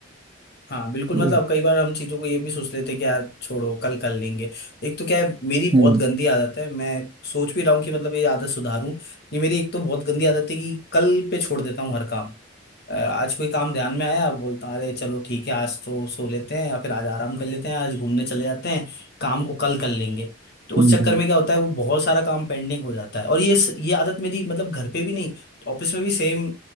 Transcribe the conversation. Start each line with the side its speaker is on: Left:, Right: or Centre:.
Left: हाँ बिल्कुल
Right: ये
Left: मतलब
Right: है
Left: कई बार हम चीज़ों को ये भी सोच लेते हैं कि यार छोड़ो कल कर लेंगे एक तो क्या है मेरी
Right: हम्म
Left: बहुत गंदी आदत है मैं सोच भी रहा हूँ कि मतलब ये आदत सुधारूं ये मेरी एक तो बहुत गंदी आदत है कि कल पे छोड़ देता हूँ हर काम अ, आज कोई काम ध्यान में आया बोलता अरे चलो ठीक है आज तो सो लेते हैं या फिर आज आराम कर लेते हैं आज घूमने चले जाते हैं काम को कल कर लेंगे तो उस
Right: हम्म।
Left: चक्कर में क्या होता है वो बहुत सारा काम पेंडिंग हो जाता है और ये ये आदत मेरी मतलब घर पे भी नहीं ऑफिस में भी सेम